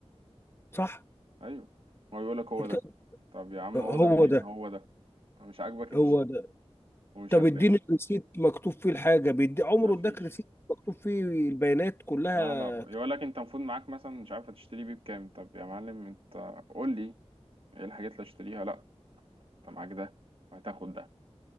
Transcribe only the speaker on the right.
ايوه هو يقول لك هو
ده طب يا عم
هو ده منين
هو ده مش عاجبك
امشي
ومش
هتلاقي
ما فيش
لا لا يقول لك انت المفروض معاك مثلا مش عارف هتشتري بيه بكام طب يا معلم انت قول لي ايه الحاجات اللي هشتريها لا انت معاك ده وهتاخد ده